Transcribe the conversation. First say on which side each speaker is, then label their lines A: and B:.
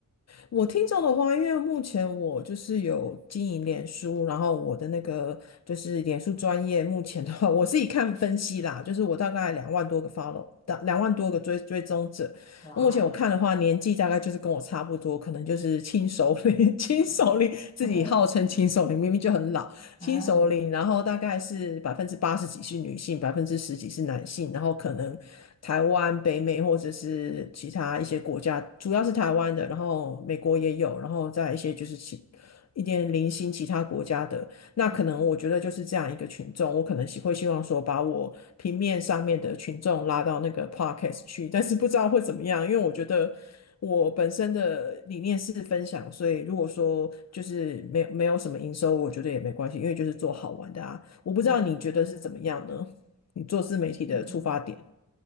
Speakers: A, on the left (about 50°); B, on the left (about 20°).
A: 我听众的话，因为目前我就是有经营脸书，然后我的那个就是脸书专业，目前的话，我自己看分析啦，就是我大概两万多个 follow，两两万多个追追踪者。
B: 哇，
A: 目前我看的话，年纪大概就是跟我差不多，可能就是轻熟龄，<laughs> 轻熟龄
B: 嗯
A: <laughs>，自己号称轻熟龄，
B: <laughs>
A: 明明就很老。
B: 嗯
A: 新首领，然后大概是百分之八十几是女性，百分之十几是男性，然后可能台湾、北美或者是其他一些国家，主要是台湾的，然后美国也有，然后再一些就是其一点零星其他国家的，那可能我觉得就是这样一个群众，
B: 嗯
A: 我可能希会希望说把我平面上面的群众拉到那个 podcast 去，但是不知道会怎么样，因为我觉得我本身的理念是分享，所以如果说就是没有没有什么营收，我觉得也没关系，因为就是做好玩的啊。我不知道你觉得是怎么样呢？
B: 嗯。
A: 你做自媒体的出发点
B: 嗯